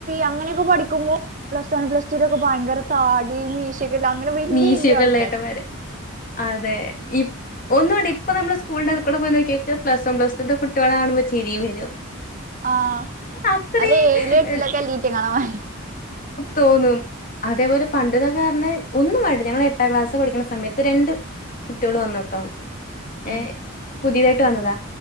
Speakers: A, on the right; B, on the left.
A: അങ്ങനെയൊക്കെ പഠിക്കുമ്പോൾ പ്ലസ് വൺ പ്ലസ് ടുവി ഒക്കെ ഭയങ്കര താട അങ്ങനെ വലിയ
B: മീശയൊക്കെള്ള
A: വലിയ ആൾക്കാാര്
B: ഏട്ടന്മാര്. അതെ ഈ ഒന്നുണ്ട് ഇപ്പ നമ്മള് സ്കൂളിന്റെ അത് കൂടെ പോയി നോക്കിയൊക്കിയ പ്ലസ് വൺ പ്ലസ്ടു ന്റെ കുട്ടികള കാണുമ്പോ ചിരിയും വരും
A: ആഹ്
B: അത്രേം
A: അല്ലെ ഏഴിലും എലട്ടിലൊക്കെ ലീറ്റ കാണമാതി
B: തോന്നും അതേപോലെ പണ്ടിതക്ക പറഞ്ഞ ഒന്നും വേണ്ട ഞങ്ങൾ എട്ടാം ക്ലാസ് പഠിക്കണ സമയത്ത് രണ്ട് കുട്ടികൾ വന്നു കേട്ടോ
A: ഉം
B: ഏഹ് പുതിയതായിട്ട് വന്നതാ